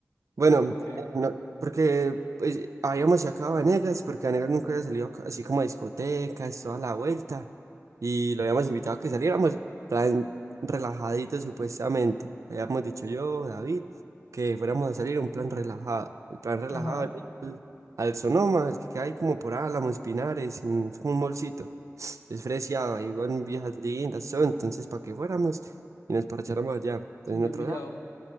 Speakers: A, on the right; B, on the left.
A: Bueno,
B: ¿Pero por qué?
A: eh, no, porque pues, habíamos sacado a Vanegas, porque Vanegas nunca había salido ca- así como a discotecas, toda la vuelta, y lo habíamos invitado a que saliéramos, plan relajadito supuestamente. Le habíamos dicho yo, David, que fuéramos a salir un plan relajado. El plan relajado
B: Ajá,
A: es ir al, al Sonoma, el que queda ahí como por Álamos, Pinares, mm, es como un molcito. Es fresiado, ahí van viejas lindas, son, entonces para que fuéramos y nos parcháramos allá. Entonces
B: sí, yo
A: nosotros,
B: he pillado.